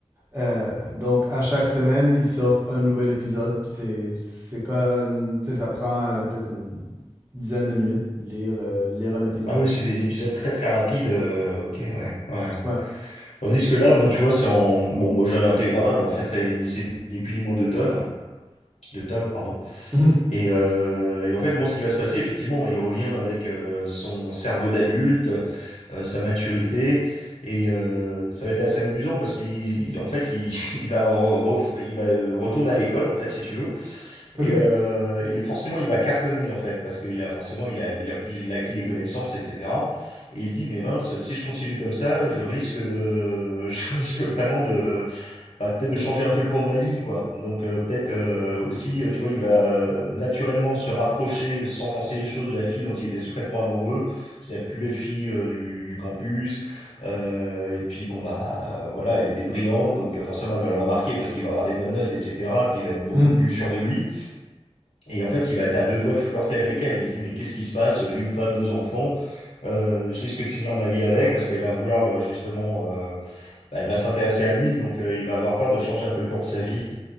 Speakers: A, on the right; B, on the left.
A: Euh, donc, à chaque semaine, ils sortent un nouvel épisode, puis c'est c'est comme, tu sais, ça prend euh, peut-être une dizaine de minutes lire, euh, lire un épisode.
B: Ah oui,
A: là.
B: c'est des épisodes très très rapides. euh, ok, ouais, ouais.
A: Ouais.
B: Tandis que là, bon, tu vois, c'est en bon, moi j'ai un intégral, mais en fait, très- c'est ni plus ni moins deux tonnes, deux tomes, pardon.
A: Mhm.
B: Et, euh, et en fait, bon, ce qui va se passer, effectivement, il revient avec euh, son cerveau d'adulte. euh, sa maturité. Et euh, ça va être assez amusant parce qu'il, en fait, il, <laughs> il va, re- ref- il va euh, retourne à l'école, en fait, si tu veux. Et,
A: OK.
B: euh, et forcément, il va cartonner, en fait, parce qu'il a forcément, il a, il a plus, il a acquis les connaissances, etc. Et il se dit, mais mince, si je continue comme ça, je risque de, <laughs> je risque vraiment de, bah, peut-être de changer un peu le cours de ma vie, quoi. Donc euh, peut-être euh, aussi, euh, tu vois, il va euh, naturellement se rapprocher, sans forcer les choses, de la fille dont il était secrètement amoureux. C'est la plus belle fille euh, du, du campus. Euh, et puis bon, bah voilà, elle était brillante, donc euh, forcément elle va le remarquer parce qu'il va avoir des bonnes notes, etc. Et puis il va être beaucoup
A: Mhm.
B: plus sûr de lui. Et en fait, il va être à deux doigts de flirter avec elle. Il se dit, mais qu'est-ce qui se passe? J'ai une femme, deux enfants. Euh, je risque de finir ma vie avec parce qu'elle va vouloir euh, justement euh, bah, elle va s'intéresser à lui, donc euh, il va avoir peur de changer un peu le cours de sa vie.